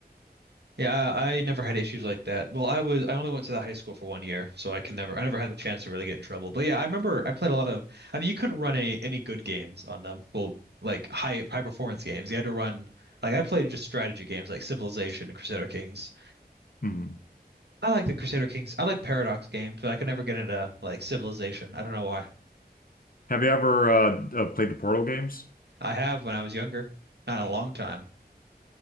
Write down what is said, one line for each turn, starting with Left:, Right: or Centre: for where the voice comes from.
Right: Yeah, I I never had issues like that. Well, I was I only went to the high school for one year, so I can never I never had the chance to really get in trouble. But yeah, I remember I played a lot of I mean you couldn't run any any good games on them. Well, like high high performance games. You had to run like I played just strategy games like Civilization and Crusader Kings.
Left: Hmm.
Right: I like the Crusader Kings. I like Paradox games, but I could never get into like Civilization. I don't know why.
Left: Have you ever uh, uh, played the Portal games?
Right: I have when I was younger, not in a long time.